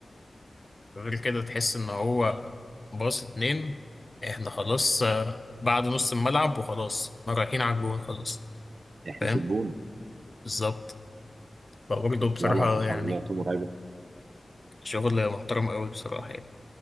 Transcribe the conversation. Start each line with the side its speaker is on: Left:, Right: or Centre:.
Left: غير كده تحس إن هو باص اتنين إحنا خلاص آه، بعد نص الملعب وخلاص رايحين على الجون خلاص
Right: احنا
Left: فاهم
Right: في الجون
Left: بالظبط فبرضه بصراحة
Right: لا لا تحولاته
Left: يعني
Right: مرعبه
Left: شغل محترم قوي بصراحة يعني